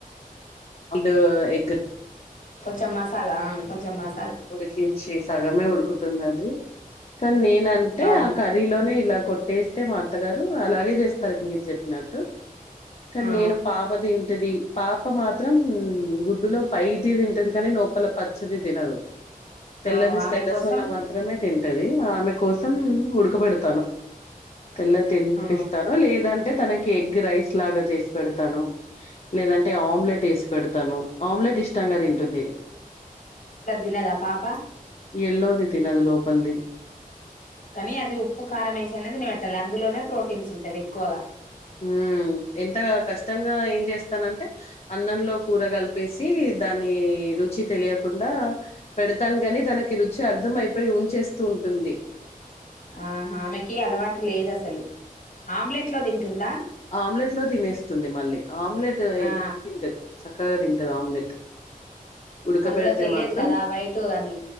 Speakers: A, on the left; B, on the left.
A: అండ్ ఎగ్
B: కొంచెం మసాలా కొంచం మసాల
A: ఉడికించి సగమే ఉడుకుతుంది అది కానీ నేనంటే
B: అవును
A: ఆ కర్రీలోనే ఇలా కొట్టేస్తే మా అత్తగారు అలాగే చేస్తారు మీరు చెప్పినట్టు కానీ
B: ఆ
A: నేను పాప తింటది పాప పాప మాత్రం గుడ్డులో పైది తింటది కానీ లోపల పచ్చది తినదు తెల్లది
B: ఆహో ఆమె
A: తెల్ల
B: కోసం
A: శి న మాత్రమే తింటది ఆమె కోసం ఉడు ఉడక బెడతాను తెల్లది తిపిస్తాను
B: ఆ
A: లేదంటే తనకి ఎగ్ రైస్ లాగా చేసి పెడతాను లేదంటే ఆమ్లెట్ వేసి పెడతాను ఆమ్లెట్ ఇష్టంగా తింటుంది
B: తీన్నదా పాపా
A: ఎల్లోది తినదు లోపలిది
B: కానీ అది ఉప్పు కారం వేసి అన్న తినమెట్టల అందులోనే ప్రోటీన్స్ ఉంటయి ఎక్కువగా
A: ఉ ఎంత కష్టంగా ఏం చేస్తానంటే అన్నంలో కూర కలిపేసి దాని రుచి తెలియకుండా పెడతాను గాని తనకి రుచి అర్థం అయిపోయి ఊంచేస్తూ ఉంటుంది
B: ఆ ఆమెకి అలవాటు లేదు అసలు ఆమ్లెట్ లో తింటుందా
A: ఆమ్లెట్ లో తినేస్తుంది మళ్ళీ ఆమ్లెట్
B: ఆ
A: తింటది చక్కగా తింట తింటది ఆమ్లెట్ ఉడకబెడితే
B: అందులో తెలియదు
A: మాత్రం
B: కదా వైట్ అని